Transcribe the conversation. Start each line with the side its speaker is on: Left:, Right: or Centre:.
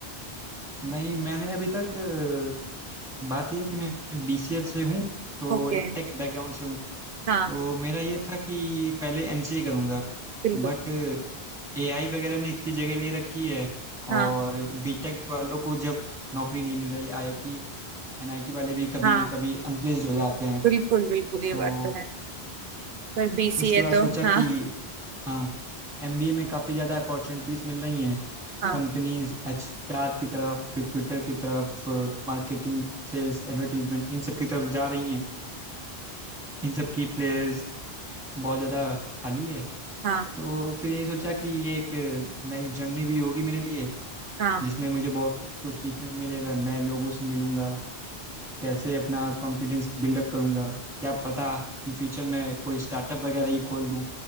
Centre: नहीं मैंने अभी तक अ, बात यह है कि मैं बीसीए से हूँ तो
Right: ओके
Centre: एक टेक बैकग्राउंड से हूँ
Right: हाँ
Centre: तो मेरा ये था कि पहले एमसीए करूँगा
Right: बिल्कुल
Centre: बट एआई वगैरह ने इतनी जगह ले रखी है
Right: हाँ
Centre: और बीटेक वालों को जब नौकरी नहीं मिल रही आईआईटी एनआईटी वाले भी कभी
Right: हाँ
Centre: कभी अनप्लेस्ड हो जाते हैं
Right: बिल्कुल बिल्कुल ये
Centre: तो
Right: बात तो है पर बीसीए
Centre: उसके बाद
Right: तो
Centre: सोचा कि
Right: हाँ
Centre: हाँ एमबीए में काफ़ी ज़्यादा अपॉर्चुनिटीज़ मिल रही हैं
Right: हाँ
Centre: कंपनीज एचआर की तरफ रिक्रूटर की तरफ मार्केटिंग सेल्स एडवर्टीजमेंट इन सब की तरफ जा रही हैं इन सब की प्लेस बहुत ज़्यादा खाली है
Right: हाँ
Centre: तो फिर यही सोचा कि ये एक नई जर्नी भी होगी मेरे लिए
Right: हाँ
Centre: जिसमें मुझे बहुत कुछ सीखने को मिलेगा नए लोगों से मिलूंगा कैसे अपना कॉन्फिडेंस बिल्डअप करूंगा क्या पता इन फ्यूचर में कोई स्टार्टअप वगैरह ही खोल दूं